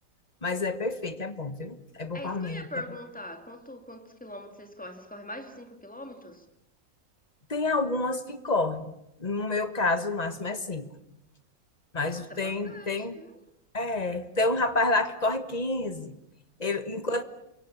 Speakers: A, on the left; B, in the centre.
A: mas é perfeito, é bom, viu? É bom
B: É
A: para
B: isso
A: mente.
B: que eu ia perguntar.
A: é bom.
B: Quanto, quantos quilômetros vocês correm? Vocês correm mais de cinco quilômetros?
A: Tem algumas que correm. No meu caso, o máximo é 5. mas
B: Nossa,
A: tem
B: é bastante.
A: tem
B: né?
A: é, tem um rapaz lá que corre 15. Ele, enquanto